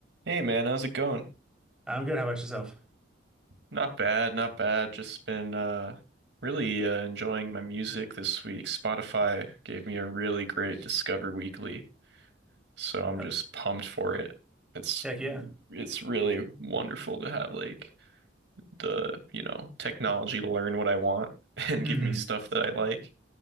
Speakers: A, on the right; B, in the centre.
A: Hey man, how's it going?
B: I'm good. How about yourself?
A: Not bad, not bad. Just been uh really uh, enjoying my music this week. Spotify gave me a really great Discover Weekly, so I'm
B: Uh,
A: just pumped for it. It's
B: Heck yeah.
A: it's really wonderful to have like the, you know, technology to learn what I want <laughs> and
B: hmm
A: give me stuff that I like.